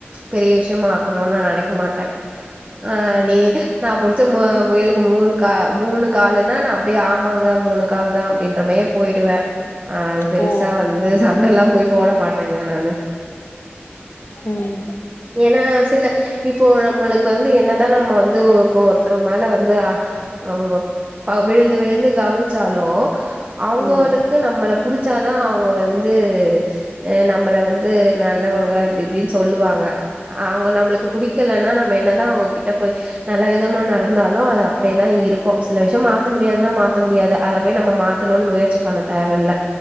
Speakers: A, on the right; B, on the left.
A: பெரிய விஷ்யமாக்கணுன்னா நனைக்க மாட்டே ஆ
B: ம்
A: நீ அ நா புடிச் ச மூ முயல்க்கு மூல் கா மூணு காலுனா நா ப்டே ஆமாங்க மூணு கால் தா அப்டீன்றமே போயிடுவே ஆ அது பெருஸ்சா
B: ஓ
A: வந் சண்டல்லா போயி போட மாட் எங்க நானு
B: ம்
A: ஏன்னா சில இப் இப்போ நம்மளுக் கல்லு என்னதா நம்ம வந்து இப்போ ஒருத்தவங்க மேல வந்து ஆமாம்மா பா விழுந்து விழுந்து கவனிச்சாலோ அவுங்களுக்கு
B: ம்
A: நம்மள புடிச்சாதா அவுங்க வ வந்து அ நம்மள வந்து நல்லவங்க அப்பிடி இப்பிடின்னு சொல்லுவாங்க அவுங்க நம்மளுக்கு புடிக்கலன்னா நம்ம என்னதா அவுங்கக்கிட்ட போய் நல்ல விதமா நடந்தாலு அது அப்பிடியேதா இருக்கோ சில விஷய மாத்த முடியாதுனா மாத்த முடியாது அத போய் நம்ம மாத்தணும்னு முயற்சி பண்ண தேவல்ல